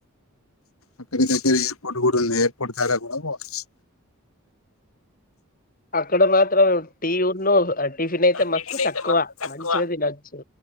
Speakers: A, on the left; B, on the left.
A: అక్కడి దగ్గర ఎయిర్పోర్ట్ కూడా ఉంది ఎయిర్పోర్ట్ ద్వారా కూడా పోవచ్చు
B: అహ ఇక్కడ మాత్రం టీ ఉన్న టిఫిన్ అయితే
A: టిఫిన్
B: మస్తు
A: అయితే
B: తక్కువ
A: మస్తు తక్కువ
B: మంచిగా తినొచ్చు